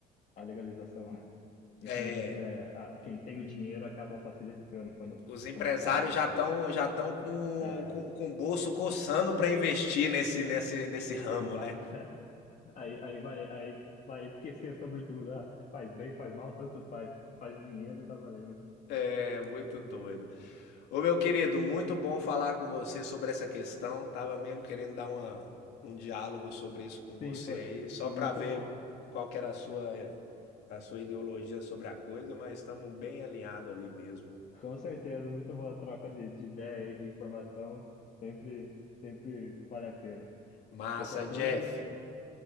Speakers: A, on the left; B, on the left.
A: a legalização. <laughs> né? Infelizmente,
B: É,
A: é, a- quem tem o dinheiro acaba facilitando quando
B: os empresários
A: começar a lidar
B: já
A: com
B: estão
A: isso.
B: já estão com,
A: É,
B: com, com o bolso coçando para investir nesse, nesse, nesse ramo,
A: exato.
B: né?
A: Aí, aí vai, aí vai esquecer sobre tudo. Ah, faz bem, faz mal, tanto faz. Faz dinheiro, tá valendo.
B: É muito doido. Ô, meu querido, muito bom falar com você sobre essa questão. Tava mesmo querendo dar uma, um diálogo sobre isso com
A: Sim,
B: você
A: foi,
B: aí, só
A: foi
B: para
A: muito
B: ver
A: bom.
B: qual que era a sua, a sua ideologia sobre a coisa, mas estamos bem alinhados ali mesmo.
A: Com certeza, muito boa a troca de, de ideia e de informação. Sempre, sempre vale a pena.
B: Massa,
A: Qualquer coisa,
B: Jeff.